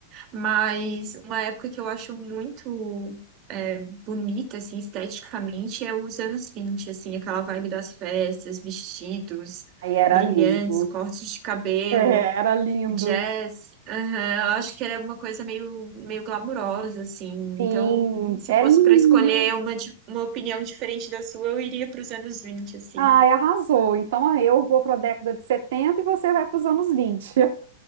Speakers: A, on the right; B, on the right.
A: mas uma época que eu acho muito é, bonita, assim, esteticamente, é os anos 20, assim, aquela vibe das festas, vestidos
B: aí era
A: brilhantes,
B: lindo.
A: cortes de cabelo.
B: É, Era lindo.
A: Jazz, aham, eu acho que era uma coisa meio, meio glamurosa, assim.
B: Sim,
A: Então, se fosse
B: é lindo.
A: para escolher uma, di- uma opinião diferente da sua, eu iria para os anos 20, assim.
B: Ai, arrasou. Então eu vou para a década de 70 e você vai para os anos 20.